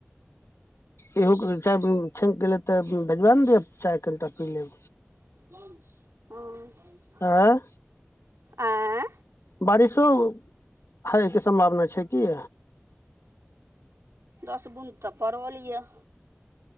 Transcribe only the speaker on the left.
इहो क-चाय ब-छैन गेलै तऽ भेजबा ने दिअ चाय कनिटा पी लेब।
हॉं।
बारिशो होइके सम्भावना छै की?